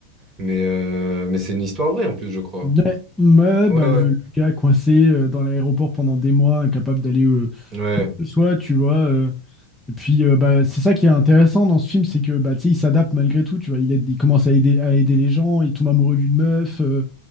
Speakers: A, on the right; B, in the centre.
A: mais euh, mais c'est une histoire vraie en plus, je crois.
B: Ouais, ouais,
A: Ouais,
B: bah,
A: ouais,
B: le, le gars coincé euh, dans l'aéroport pendant des mois, incapable d'aller euh,
A: ouais,
B: où que ce soit, tu vois. euh, Et puis, euh, bah, c'est ça qui est intéressant dans ce film, c'est que bah, tu sais, il s'adapte malgré tout. Tu vois, il, aide- il commence à aider, à aider les gens, il tombe amoureux d'une meuf, euh,